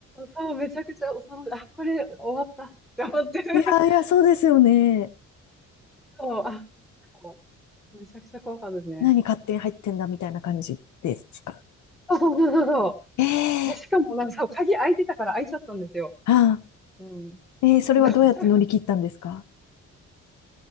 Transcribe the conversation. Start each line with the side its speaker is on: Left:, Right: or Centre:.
Centre: そう、めちゃくちゃ恐ろしい。あ、これ終わったって思って。
Left: いやいや、そうですよね。
Centre: そう、そうあ、なんかもうめちゃくちゃ怖かったですね。
Left: 何勝手に入ってんだみたいな感じですか。
Centre: そうそうそうそうそ
Left: ええ
Centre: う。で、しかも、なんかそう、鍵開いてたから開いちゃったんですよ。
Left: あ
Centre: うん。
Left: あ、えーそれはどうやって乗り切ったんですか
Centre: <laughs>